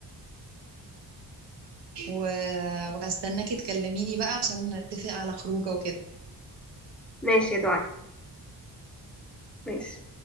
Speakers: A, on the right (about 80°); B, in the centre.
A: و... وهستناكي تكلميني بقى عشان نتفق على خروجه وكده
B: ماشي يا دعاء ماشي